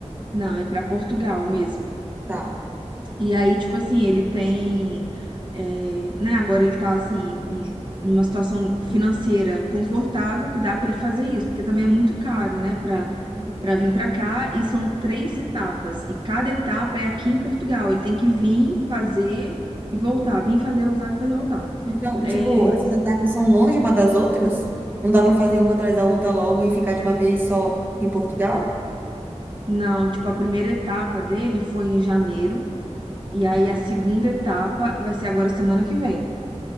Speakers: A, on the right (about 40°); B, on the right (about 15°).
A: Não, é para Portugal mesmo.
B: Tá.
A: E aí, tipo assim, ele tem, é, né, agora ele tá assim, em em uma situação financeira confortável que dá pra ele fazer isso, porque também é muito caro, né, pra
B: Entendi.
A: para vir pra cá, e são três etapas, e cada etapa é aqui em Portugal, ele tem que vir, fazer e voltar, vir fazer, voltar, vir fazer, voltar.
B: Então,
A: É,
B: tipo, essas etapas são longe uma das outras? Não dá para fazer uma atrás da outra logo e ficar de uma vez só em Portugal?
A: não, tipo, a primeira etapa dele foi em janeiro, e aí
B: Uhum.
A: a segunda etapa vai ser agora semana que vem.